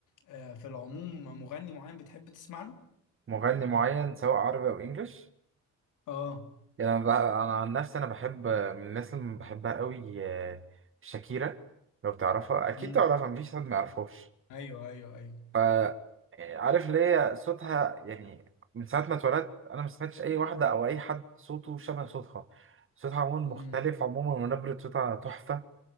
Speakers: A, on the left; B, on the right.
A: آه، في العموم مغني معين بتحب تسمع له
B: مغني معين سواء عربي أو إنجليش
A: اه
B: يعني أنا, بقى- أنا عن نفسي أنا بحب من الناس اللي بحبها قوي آه، شاكيرا لو تعرفها أكيد
A: امم
B: تعرفها مفيش حد ما يعرفهاش
A: ايوه ايوه ايوه
B: ف آه، عارف اللي هي صوتها يعني من ساعة ما اتولدت أنا ما سمعتش أي واحدة أو أي حد صوته شبه صوتها صوتها عموما
A: امم
B: مختلف عموما ونبرة صوتها تحفة